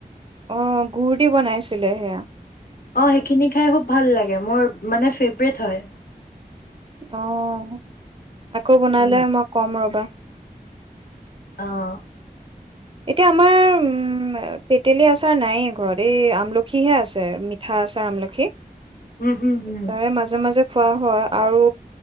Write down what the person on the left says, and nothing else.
অ সেইখিনি খাই খুব ভাল লাগে মোৰ মানে ফেভৰেট হয়।
উম।
আহ।
উম উম উম